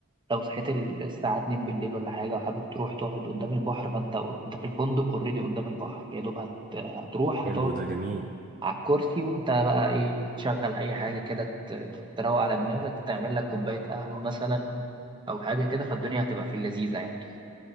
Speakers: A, on the right; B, on the right.
A: لو صحيت ال- الساعة 2 بالليل ولا حاجة وحابب تروح تقعد قدام البحر فأنت أنت في الفندق أوريدي قدام البحر يا دوب هت... هتروح
B: حلو
A: هتقعد
B: ده جميل
A: على الكرسي وأنت بقى إيه تشغل أي حاجة كده ت- تروق على دماغك تعمل لك كوباية قهوة مثلا أو حاجة كده فالدنيا هتبقى في اللذيذة يعني